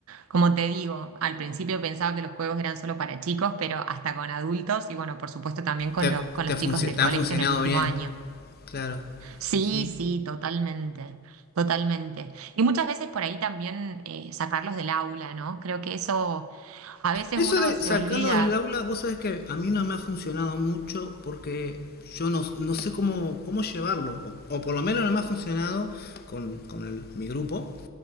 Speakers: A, on the right; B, on the left.
A: Como te digo, al principio pensaba que los juegos eran solo para chicos, pero hasta con adultos y bueno, por supuesto también con
B: Te,
A: los, con
B: te
A: los
B: funcio-
A: chicos en el
B: te
A: colegio
B: han funcionado
A: en el último
B: bien,
A: año.
B: claro.
A: Sí,
B: Sí, sí.
A: sí, totalmente, totalmente. Y muchas veces por ahí también eh, sacarlos del aula, ¿no? Creo que eso a veces
B: Eso
A: uno
B: de
A: se
B: sacarlo
A: olvida.
B: del aula, vos sabés que a mí no me ha funcionado mucho porque yo no, no sé cómo, cómo llevarlo, o, o por lo menos no me ha funcionado con, con el- mi grupo,